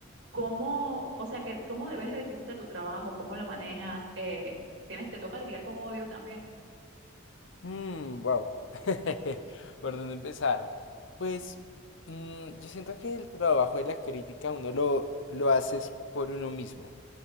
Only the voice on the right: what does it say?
¿cómo, o sea, que, cómo debes de difícil de tu trabajo? ¿Cómo lo manejas? Eh, ¿tienes, te toca lidiar con odio también?